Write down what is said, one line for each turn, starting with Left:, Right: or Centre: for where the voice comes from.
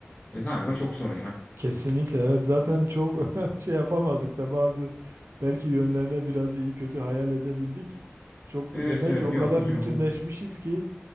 Left: e, galiba çok zor ya.
Right: Kesinlikle evet zaten çok <laughs> şey yapamadık da bazı belki yönlerine biraz iyi kötü hayal edebildik. Çok demek
Left: Evet evet
Right: ki o
Left: yok
Right: kadar
Left: hocam
Right: bütünleşmişiz
Left: bu
Right: ki